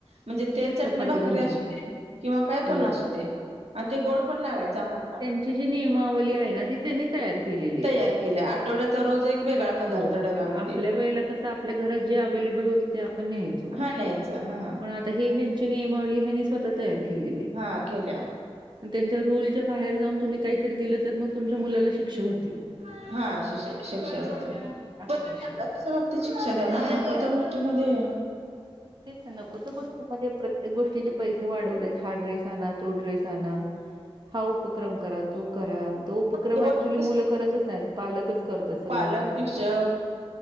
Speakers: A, on the right; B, on the right.
A: म्हणजे तेल, चटणी,
B: चपाती
A: भाकरी
B: भाजी.
A: असू दे किंवा काय
B: हो,
A: पण असू दे आणि ते गोड पण लागायच आम्हाला.
B: ती जी नियमावली आहे ना ती त्यांनी तयार केलेलीये
A: तयार केल्या आठवड्याचा रोज एक वेगळा पदार्थ
B: हो
A: डब्यामध्ये
B: आपल्या वेळेला क आपल्या घरात जे अवैलेबल होत ते आपण न्यायचो
A: हा न्यायचं हा
B: पण आता हे ही ह्यांची नियमावली ह्यांनी स्वतः तयार केलेली आहे.
A: हा केल्या
B: त्यांच्या रूलच्या बाहेर जाऊन तुम्ही काहीतरी दिलं तर मग तुमच्या मुलाला शिक्षा होती मग.
A: हा श शिक्षा होते.
B: असा
A: <unintelligible>
B: विषय. आहे.
A: ती शिक्षा द्या ना नको त्या गोष्टीमध्ये
B: तेच नको त्या गोष्टीमध्ये प्रत्येक गोष्टीचे पैसे वाढवले आहेत हा ड्रेस आना तो ड्रेस आना. हा उपक्रम करा तो करा. तो उपक्रम
A: दोन
B: अक्चुअली
A: दिवस
B: मुलं करतच नाहीत पालकच करतात सगळे
A: पालक
B: उपक्रम.
A: शिक्षक